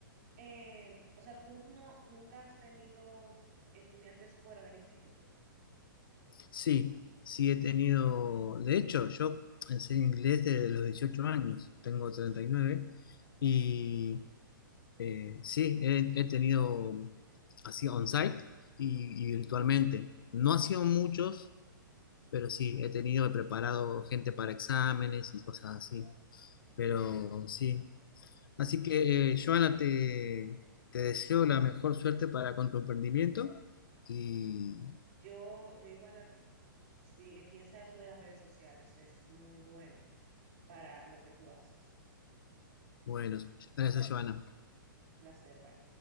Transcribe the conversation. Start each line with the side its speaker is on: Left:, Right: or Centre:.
Right: Eh, o sea, tú no, nunca has tenido estudiantes fuera del instituto.
Left: Sí, sí he tenido, de hecho, yo enseño inglés desde los 18 años, tengo 39, y nueve,
Right: Ok.
Left: y eh, sí, he, he tenido así on-site y, y virtualmente. No ha sido muchos, pero sí, he tenido, he preparado gente para exámenes y cosas así, pero sí. Así que, eh, Joana, te, te deseo la mejor suerte para con tu emprendimiento y
Right: Sí, yo, yo igual a ti. Sí, eh, piensa eso de las redes sociales, es muy bueno para lo que tú haces.
Left: bueno, gracias, Joana.
Right: Placer, bye.